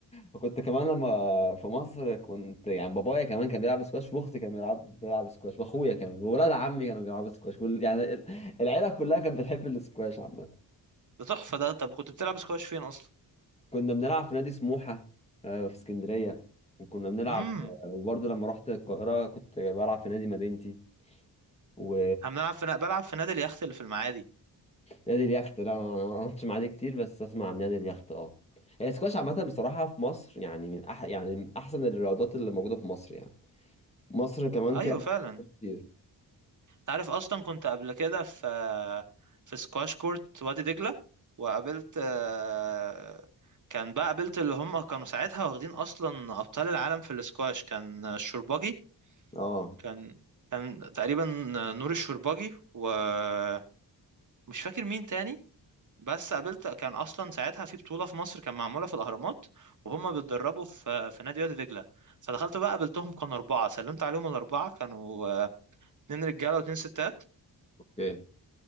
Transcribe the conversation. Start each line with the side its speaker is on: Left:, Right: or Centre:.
Left: وكنت كمان لما في مصر كنت يعني بابايا كمان كان بيلعب سكواش واختي كان بيلعب بيلعب سكواش واخويا كمان وولاد عمي كانوا بيلعبوا سكواش وال- يعني ال- العيله كلها كانت بتحب السكواش عامه
Right: ده تحفة ده طب كنت بتلعب سكواش فين أصلا؟
Left: كنا بنلعب في نادي سموحه آه، في اسكندريه وكنا بنلعب
Right: امم
Left: آه، وبرضه لما رحت القاهره كنت بلعب في نادي مدينتي و
Right: احنا بنلعب في بلعب في نادي اليخت اللي في المعادي
Left: نادي اليخت لا انا أنا ما عملتش مع دي كتير بس اسمع عن نادي اليخت اه هي السكواش عامه بصراحه في مصر يعني من أح يعني من احسن الرياضات اللي موجوده في مصر يعني مصر كمان
Right: أيوة
Left: فيها
Right: فعلا
Left: كتير
Right: أنت عارف أصلا كنت قبل كده في في سكواش كورت وادي دجلة وقابلت آه، كان بقى قابلت اللي هم كانوا ساعتها واخدين أصلا أبطال العالم في السكواش كان الشرباجي
Left: اه
Right: كان كان تقريبا نور الشرباجي ومش فاكر مين تاني بس قابلت كان اصلا ساعتها في بطوله في مصر كان معموله في الاهرامات وهم بيتدربوا في في نادي وادي دجله فدخلت بقى قابلتهم كانوا اربعه سلمت عليهم الاربعه كانوا آه، اتنين رجاله واتنين ستات
Left: اوكي